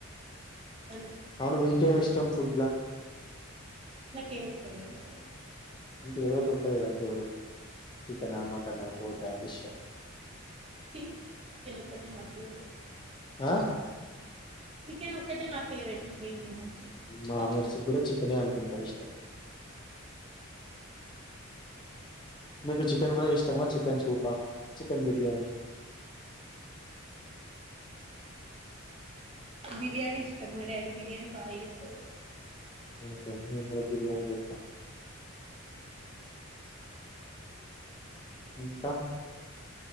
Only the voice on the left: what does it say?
అవును మీకేం ఇష్టం ఫుడ్ లా
అంటే ఏదో ఒకటి ఉంటాది కదా ఫేవరెట్ చికెనా మటనా బొటా ఫిష్ ఆ
ఆ
మా మెర్సీ కూడా చికెనే అనుకుంటా ఇష్టం మీకు చికెన్ ఫ్రై ఇష్టమా చికెన్ సూపా చికెన్ బిర్యానీ
ఓకే అండి నేను కూడా బిర్యాని చేత్త ఇంకా